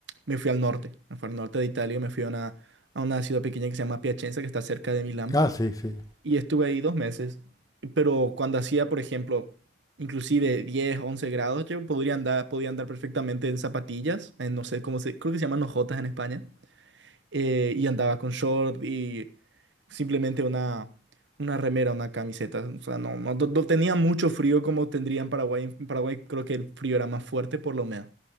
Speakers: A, on the right (about 85°); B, on the left (about 20°).
A: me fui al norte, me fui al norte de Italia, me fui a una, a una ciudad pequeña que se llama Piacenza, que está cerca de Milán,
B: Ah, sí, sí.
A: y estuve ahí dos meses. Pero cuando hacía, por ejemplo, inclusive 10 11 grados, yo podría andar, podía andar perfectamente en zapatillas, en no sé cómo se, creo que se llaman hojotas en España, eh, y andaba con short y simplemente una, una remera, una camiseta. O sea, no, no, no tenía mucho frío como tendría en Paraguay. En Paraguay creo que el frío era más fuerte por lo menos.